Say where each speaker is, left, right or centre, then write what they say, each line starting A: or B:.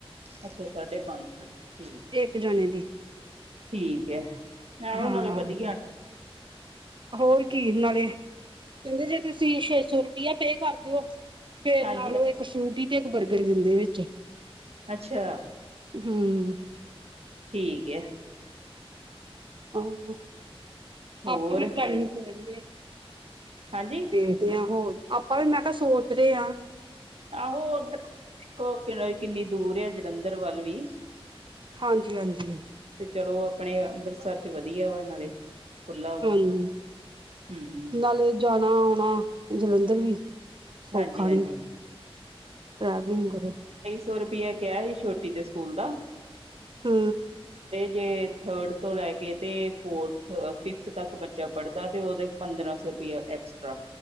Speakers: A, on the right; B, on the right.
A: ਅੱਛਾ ਸਾਢੇ ਪੰਜ। ਠੀਕ
B: ਇੱਕ ਜਣੇ ਦੀ
A: ਠੀਕ ਹੈ। ਆ ਉਹ
B: ਹਾਂ
A: ਨਾਲੇ ਵਧੀਆ
B: ਹੋਰ ਕੀ ਨਾਲੇ ਕਹਿੰਦੇ ਜੇ ਤੁਸੀਂ ਛੇ ਸੌ ਰੁਪਇਆ ਪੇ ਕਰ ਦਿਓ ਫੇਰ
A: ਹਾਂਜੀ
B: ਨਾਲ ਉਹ ਇੱਕ ਸੂਟੀ ਬ। ਗਰ ਦਿੰਦੇ ਵਿੱਚ
A: ਅੱਛਾ
B: ਹਮ
A: ਠੀਕ ਹੈ।
B: <unintelligible> ਪਾਪਾ
A: ਹੋਰ
B: ਵੀ <unintelligible> ਕਰਨਗੇ
A: ਹਾਂਜੀ
B: ਤੇ-ਤੇ ਹੋਰ ਆਪਾਂ ਵੀ ਮੈਂ ਕਾ ਸੋਚ ਰੇ ਅਤ
A: ਆਹੋ ਓਧ ਕ ਕਿੰਨੀ ਦੂਰ ਐ ਜਲੰਧਰ ਵੱਲ ਵੀ ਵੀ
B: ਹਾਂਜੀ-ਹਾਂਜੀ
A: ਤੇ ਚਲੋ ਆਪਣੇ ਅੰਮ੍ਰਿਤਸਰ ਚ ਵਧੀਆ ਵਾ ਨਾਲੇ ਖੁੱਲਾ ਵਾ
B: ਹਾਂਜੀ
A: ਹਮ
B: ਨਾਲੇ ਜਾਣਾ। ਆ ਜਲੰਧਰ ਵੀ ਸੌਖਾ
A: ਹਾਂਜੀ ਹਾਂਜੀ
B: ਨੀ ਟਰੈਵਲਿੰਗ ਕਰੋ।
A: ਸੋ ਰੁਪਇਆ ਕਿਆ ਸੀ ਛੋਟੀ ਦੇ ਸਕੂਲ ਦਾ
B: ਹੂੰ
A: ਕੇ ਥਰਡ ਤੋਂ ਲੈ ਕੇ ਤੇ ਫੋਰਥ ਫਿਫਥ ਤੱਕ ਬੱਚਾ ਪੜ੍ਹਦਾ ਤੇ ਓਦੇ ਪੰਦਰਾਂ ਸੌ ਰੁਪਇਆ ਐਕਸਟਰਾ